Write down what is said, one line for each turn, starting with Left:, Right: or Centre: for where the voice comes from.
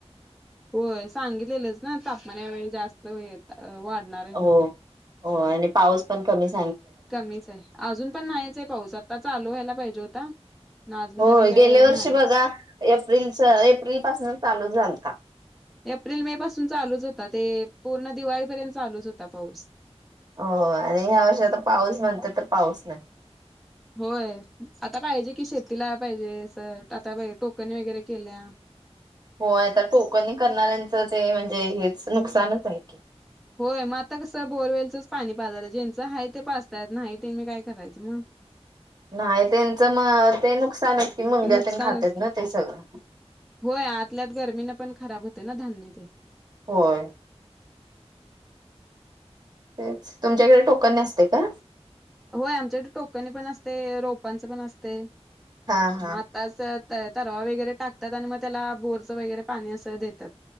Centre: होय सांगितलेलंच ना तापमान यावेळी जास्त हे वाढणार हाय
Right: हो
Centre: म्हणून
Right: हो आणि पाऊस पण कमीच
Centre: कमीच हाय अजून पण नाहीच, हाय पाऊस आता चालू व्हायला पाहिजे होता. ना अजून
Right: होय
Centre: तरी काय
Right: गेल्या वर्षी
Centre: नाहीच
Right: बघा एप्रिलच एप्रिल पासन चालू झालता.
Centre: एप्रिल मे पासून चालूच होता, ते पूर्ण दिवाळीपर्यंत चालूच होता पाऊस
Right: होय आणि ह्या वर्षी आता पाऊस म्हणत्यात तर पाऊस नाही.
Centre: होय आता पाहिजे कि शेतीला पाहिजे स आता टोकन वगैरे केल्या
Right: होय आता टोकनी करणाऱ्यांचं, ते म्हणजे हेच नुकसानच हाय की
Centre: होय म आता कसं बोरवेलचच पाणी पाजाल्यात ज्याचं हाय त्यांनी पाजतात नाही त्यांनी काय करायचं म.
Right: नाही त्यांचं म ते नुकसानच कि मुंग्या
Centre: की नुकसानच
Right: तेन खात्यात
Centre: की
Right: ना ते सगळ
Centre: होय आतल्याआत गर्मीन पण खराब होतय ना धान्य ते
Right: होय. तेच तुमच्याकडे टोकनी असते का?
Centre: होय आमच्या इत टोकनीपण असतय रोपांच पण असतय.
Right: हा हा
Centre: म आताच तत तरवा वगैरे टाकतात आणि मग त्याला बोरचं वगैरे पाणी असं देत्यात.